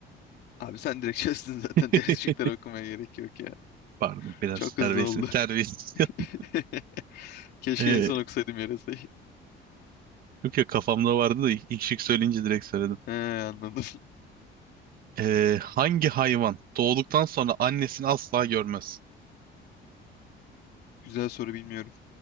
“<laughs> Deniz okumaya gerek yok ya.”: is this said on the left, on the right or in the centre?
Left